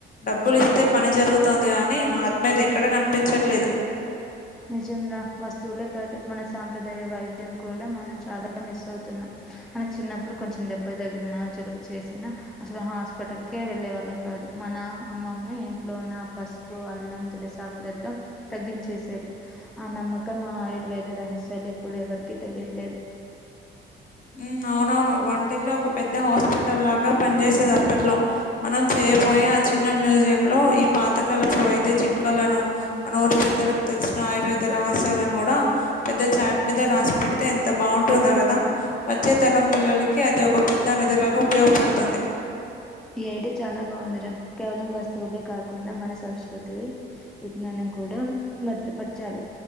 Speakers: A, on the left (about 40°); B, in the centre.
A: డబ్బులి తే పని జరుగుతోంది కానీ ఆత్మీయత ఎక్కడ కనిపించట్లేదు
B: నిజం రా వస్తువులే కాదు మన సాంప్రదాయ వైద్యం కూడా మనం చాలా మిస్ అవుతున్నాం మనకి చిన్నప్పుడు కొంచెం దెబ్బ దగిలిన జలుబు చేసినా అసలు హాస్పిటల్కే వెళ్ళే వాళ్ళం కాదు మన అమ్మమ్మే ఇంట్లో ఉన్న పసుపు అల్లం తులసాకులతో తగ్గించేసేది ఆ నమ్మకం ఆ ఆయుర్వేద రహస్యాలు ఇప్పుడు ఎవరికి తెలియట్లేదు
A: మ్మ్ అవునవును వంటిల్లో ఒక పెద్ద హాస్పిటల్ లాగా పనిజేసేది అప్పట్లో మనం చే పోయే ఆ చిన్న మ్యూజియం లో ఈ పాత కాలపు వైద్య చిట్కలను మన ఊరు పెద్దలకు తెలుసు ఆయుర్వేద రహస్యాలను గూడా పెద్ద చాట్ మీద రాసి పెడితే ఎంత బాగుంటుందో గదా వచ్చే తరం పిల్లలకి అది ఒక పెద్ద నిధిలాగా ఉపయోగపడుతుంది
B: ఈ ఐడి చాలా బాగుంది రా కేవలం వస్తువులే కాకుండా మన సంస్కృతి విజ్ఞాని కూడా భద్రపరచాలి